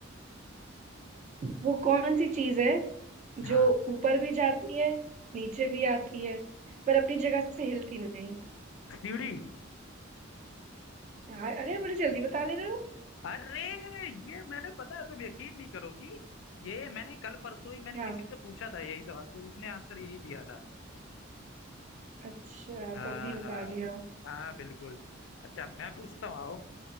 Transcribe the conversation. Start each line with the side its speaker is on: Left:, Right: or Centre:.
Right: वो कौन सी चीज है जो
Left: हाँ
Right: ऊपर भी जाती है नीचे भी आती है पर अपनी जगह से हिलती नहीं
Left: सीढ़ी
Right: यार अरे बड़ी जल्दी बता ले रहे हो
Left: अरे ये मैंने पता है तुम यकीन नहीं करोगी ये मैंने कल परसों ही मैंने
Right: हाँ
Left: किसी से पूछा था यही सवाल तो उसने आंसर यही दिया था
Right: अच्छा
Left: हाँ
Right: तो अभी बता
Left: हाँ
Right: रही हूँ
Left: हाँ बिल्कुल अच्छा अब मैं पूछता हूँ आओ